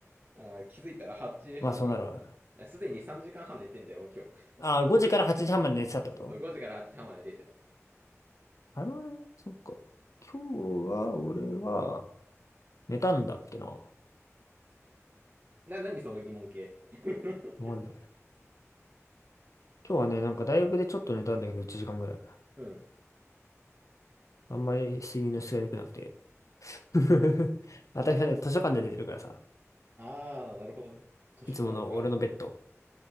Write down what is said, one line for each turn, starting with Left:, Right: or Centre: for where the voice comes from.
Right: あー気づいたら8時半とかだった。
Left: まあ、そうなるわな。
Right: あすでに3時間半寝てんだよ、もう今日。
Left: ああ、5時から8時半まで寝てたってこと
Right: そう5時から8時半まで寝てた。
Left: あのね、そっか。今日は、俺は、寝たんだっけな。わ
Right: な、何その疑問系。<laughs>
Left: かんない。今日はね、なんか大学でちょっと寝たんだけど、1時間ぐらい。
Right: うん。
Left: あんまり睡眠の質が良くなくて。<laughs> 当たり前図書館で寝てるからさ。
Right: ああ、なるほどね。図書館か。
Left: いつもの俺のベッド。